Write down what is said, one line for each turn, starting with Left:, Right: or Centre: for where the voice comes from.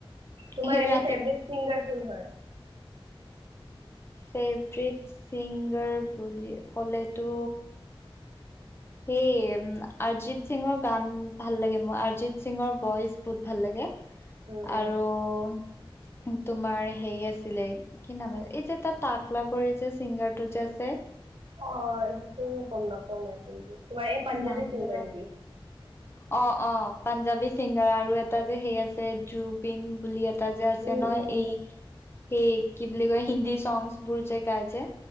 Right: তোমাৰ
Left: সেই
Right: এনে
Left: ৰাতি
Right: ফেভট চিংগাৰ কোন হয়?
Left: ফেভৰেট চিংগাৰ বুলি ক'লেতো হেই উ অৰিজিত সিঙৰ গান ভাল লাগে মোৰ, অৰিজিত সিঙৰ ভইচ বহুত ভাল লাগে।
Right: উম উম
Left: আৰু তোমাৰ হেৰি আছিলে কি নাম এই যে তাকলা কৰি যে চিংগাৰটো যে আছে।
Right: অ, এইটোতো গম নাপওঁ মই কোনটো, তোমাৰ এই পাঞ্জাৱী
Left: নামটো
Right: চিংগাৰ নেকি?
Left: অ অ পাঞ্জাবী ছিংগাৰ আৰু এটা যে সেই আছে জুবিন বুলি এটা এটা যে আছে
Right: উম
Left: ন
Right: উম
Left: এই সেই কি বুলি কয়, হিন্দী চংছ বোৰ যে গাই যে।